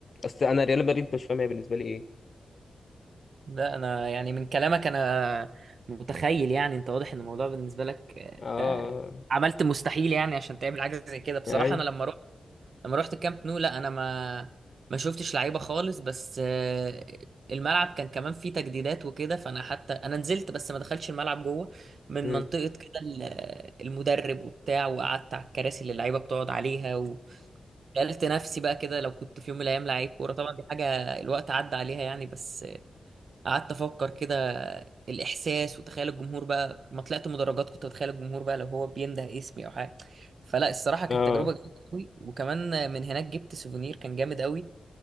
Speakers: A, on the left; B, on the right.
A: اصل انا ريال مدريد انت مش فاهم هي بالنسبه لي ايه
B: لا انا يعني من كلامك انا متخيل يعني انت واضح ان الموضوع بالنسبه لك آه،
A: اه
B: انت عملت مستحيل يعني عشان تعمل حاجه زي كده بصراحه
A: آه، ايوه
B: انا لما لما رحت الكامب نو لا انا ما ما شفتش لعيبه خالص بس آه، الملعب كان كمان فيه تجديدات وكده فانا حتى انا نزلت بس ما دخلتش الملعب جوه من
A: امم
B: منطقه كده ال- المدرب وبتاع وقعدت على الكراسي اللي اللعيبه بتقعد عليها وسالت نفسي بقى كده لو كنت في يوم من الايام لعيب كوره طبعا دي حاجه الوقت عدى عليها يعني بس قعدت افكر كده الاحساس وتخيل الجمهور بقى ما طلعت مدرجات كنت اتخيل الجمهور بقى لو هو بينده اسمي او حاجه فلا الصراحه كانت
A: اه
B: تجربه جامده قوي وكمان من هناك جبت سوفونير كان جامد قوي